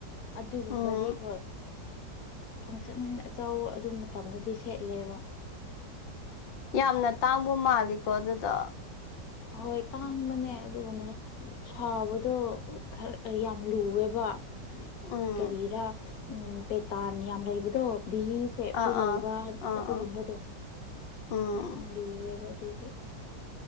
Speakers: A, on the left; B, on the left.
A: ꯑꯗꯨꯒꯨꯝꯕꯗꯤ
B: ꯎꯝ
A: ꯍꯣꯏ ꯐꯪꯁꯟ ꯑꯆꯥꯎꯕ ꯑꯗꯨ ꯃꯇꯝꯗꯗꯤ ꯁꯦꯠꯂꯦꯕ
B: ꯌꯥꯝꯅ ꯇꯥꯡꯕ ꯃꯥꯜꯂꯤꯀꯣ ꯑꯗꯨꯗꯣ
A: ꯍꯣꯏ ꯇꯥꯡꯕꯅꯦ ꯑꯗꯨꯒꯨꯝꯕ ꯁꯥꯕꯗꯣ ꯈꯔ ꯌꯥꯝ ꯂꯨꯑꯦꯕ
B: ꯎꯝ
A: ꯀꯔꯤꯔꯥ ꯎꯝ ꯄꯦꯇꯥꯟ ꯌꯥꯝ ꯂꯩꯕꯗꯣ ꯕꯤꯍꯤ ꯁꯦꯞꯁꯨ
B: ꯑꯥ
A: ꯂꯩꯕ
B: ꯑꯥ ꯑꯥ
A: ꯑꯗꯨꯒꯨꯝꯕꯗꯣ
B: ꯑꯥ ꯎꯝ
A: ꯌꯥꯝ ꯂꯨꯑꯦꯕ ꯑꯗꯨꯒꯤ